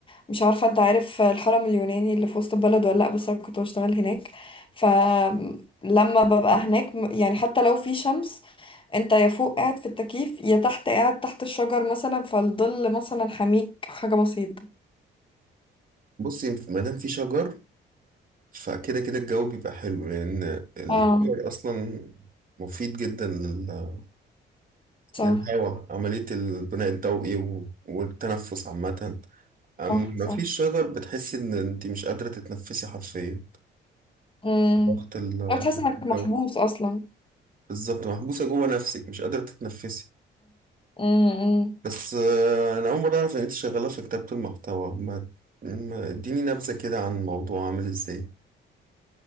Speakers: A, on the left; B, on the right.
A: مش عارفة انت عارف الحرم اليوناني اللي في وسط البلد ولا لأ بس انا كنت بشتغل هناك فلما ببقى هناك م- يعني حتى لو في شمس انت يا فوق قاعد في التكييف يا تحت قاعد تحت الشجر مثلا فالظل مثلا حميك حاجة بسيطة
B: بصي ما دام في شجر فكده كده الجو بيبقى حلو لان الشجر
A: اه
B: اصلا مفيد جدا لل-
A: صح
B: للهواء عملية البناء الضوئي و- والتنفس عامة اما
A: صح
B: ما
A: صح
B: فيش شجر بتحسي ان انت مش قادرة تتنفسي حرفيا
A: امم
B: ضغط ال-
A: بتحس انك
B: الجو
A: محبوس اصلا
B: بالظبط محبوسة جوه نفسك مش قادرة تتنفسي
A: امم
B: بس آه، انا اول مرة اعرف ان انت شغالة في كتابة المحتوى ما ما- اديني نبذة كده عن الموضوع عامل ازاي